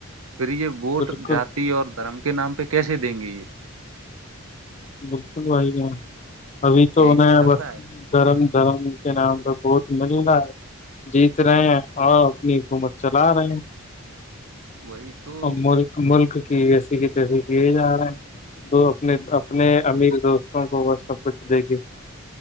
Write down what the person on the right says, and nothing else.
پھر یہ ووٹ
ج اور دھرم کے نام پہ کیسے دیں گے یہ
یہی
چل
رہا ہے
وہی تو